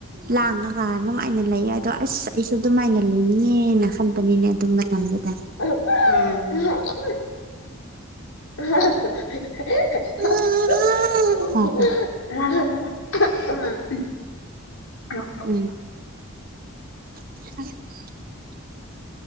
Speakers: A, on the right; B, on the left.
A: ꯂꯥꯡꯉꯒ ꯅꯨꯡꯉꯥꯏꯅ ꯂꯩꯌꯦ ꯑꯗꯣ ꯑꯁ ꯑꯩꯁꯨ ꯑꯗꯨꯃꯥꯏꯅ ꯂꯩꯅꯤꯡꯉꯦꯅ ꯈꯟꯕꯅꯤꯅꯦ ꯑꯗꯨ ꯃꯇꯝꯗꯨꯗ
B: ꯎꯝ <unintelligible>
A: ꯍ
B: <unintelligible>
A: ꯍ
B: <unintelligible>
A: ꯎꯝ <unintelligible>